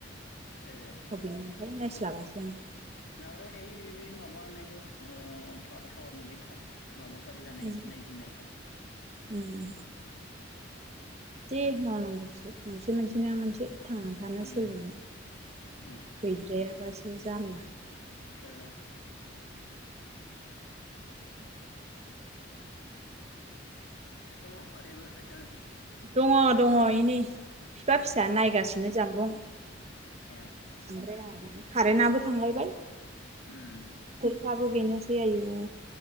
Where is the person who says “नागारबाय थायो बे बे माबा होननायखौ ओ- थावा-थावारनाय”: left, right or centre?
Left